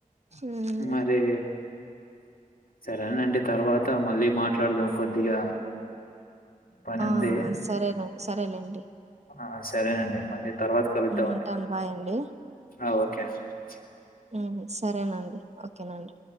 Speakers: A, on the right; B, on the left.
A: మ్మ్
B: మరి సరేనండి తర్వాత మళ్ళీ మాట్లాడదాం కొద్దిగా పనుంది.
A: ఆ సరేనండి సరేలేండి
B: ఆ సరేనండి మళ్ళీ తర్వాత కలుద్దామండి.
A: ఉంటాన్ బాయ్ అండి
B: ఆ ఓకే అండి
A: హు ఉమ్ సరేనండి ఓకేనండి